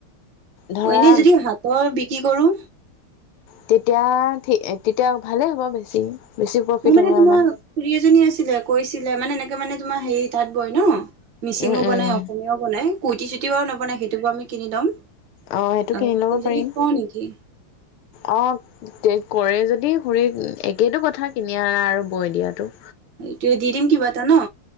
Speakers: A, on the left; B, on the right.
A: ধৰা
B: এনেই যদি হাতৰ বিক্ৰী কৰোঁ
A: তেতিয়া ঠি এ তেতিয়া ভালেই হ'ব বেছি। বেছি প্ৰফিট
B: মোৰ মানে
A: হ'ব
B: তোমাৰ
A: আমাৰ।
B: খুৰী এজনী আছিলে কৈছিলে মানে, এনেকে মানে তোমাৰ হেৰি তাঁত বয় ন'। মিচিঙো
A: উম, উম,
B: বনাই অসমীয়াও বনাই। কুইটি চুইটিও বাও নবনায়। সেইটো বাৰু আমি কিনি ল'ম।
A: অ', সেইটো কিনি
B: আৰু
A: ল'ব
B: তুজনীক
A: পাৰিম
B: কও নে কি?
A: অ' কৰে যদি খুৰিক একেইটো কথা কিনি অনা আৰু বৈ দিয়াটো।
B: এইটোৱে। দি দিম কিবা এটা ন'!